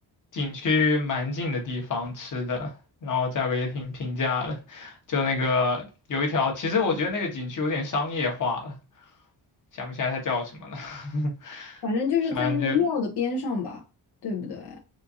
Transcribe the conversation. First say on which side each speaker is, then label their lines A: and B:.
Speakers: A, on the left (about 50°); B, on the left (about 75°).
A: 景区蛮近的地方吃的，然后价格也挺平价的。就那个有一条，其实我觉得那个景区有点商业化了，想不起来它叫什么了。<laughs>
B: 反正就是在那个庙的边上吧，
A: 反正就
B: 对不对？